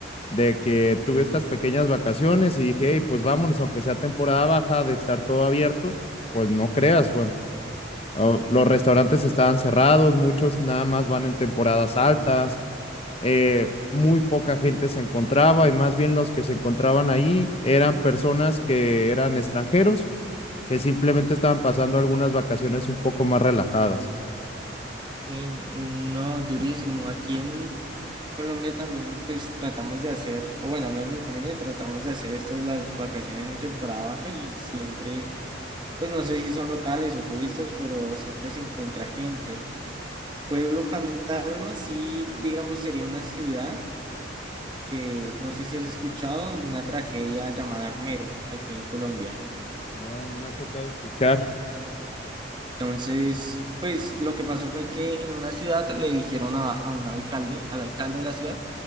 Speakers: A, on the left; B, on the right.
A: de que tuve estas pequeñas vacaciones y dije, hey, pues vámonos, aunque sea temporada baja de estar todo abierto, pues no creas, Juan. ah, los restaurantes estaban cerrados, muchos nada más van en temporadas altas, eh, muy poca gente se encontraba y más bien los que se encontraban ahí eran personas que eran extranjeros, que simplemente estaban pasando algunas vacaciones un poco más relajadas.
B: Sí, no, durísimo. Aquí en Colombia también pues tratamos de hacer, o bueno, al menos mi familia tratamos de hacer esto de las vacaciones en temporada baja y siempre, pues no sé si son locales o turistas, pero siempre se encuentra gente. Pueblo fantasma, sí, digamos, sería una ciudad que no sé si has escuchado de una tragedia llamada Armero aquí en Colombia.
A: No, no me ha tocado escuchar.
B: Entonces, pues lo que pasó fue que en una ciudad le dijeron a, a un alcalde, al alcalde de la ciudad,